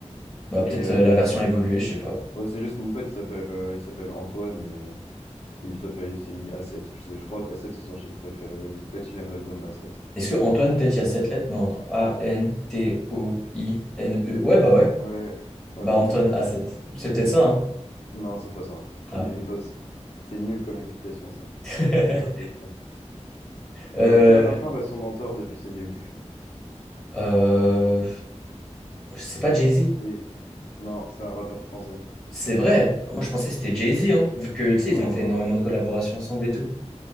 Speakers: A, in the centre; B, on the left.
A: Bah,
B: Mais,
A: peut-être
B: euh,
A: euh, la version évoluée, je sais pas.
B: Ouais, c'est juste mon pote, il s'appelle euh, il s'appelle Antoine et il s'appelle il s'est mis A7. Je sais, je crois A7 c'est son chiffre préféré ou peut-être il aime l'album A7.
A: Est-ce que Antoine, peut-être il y a sept lettres? Non, attends. A-N-T-O-I-N-E. Ouais, bah ouais.
B: Ouais. Ouais,
A: Bah,
B: c'est
A: Antoine
B: peut-être pas.
A: a sept
B: Non,
A: C'est peut-être ça, hein?
B: Non, c'est pas ça.
A: Ah.
B: Il il est pas aussi. C'est nul comme explication ça.
A: <laughs>
B: Ça peut pas être ça.
A: Euh,
B: Euh, quel rappeur est son mentor depuis ses débuts?
A: euh, je sais pas, Jay-Z.
B: C'est- Non, c'est un rappeur français.
A: C'est vrai. Moi, je pensais que c'était Jay-Z, hein, vu que, tu
B: Non,
A: sais, ils ont fait énormément de collaborations ensemble et tout.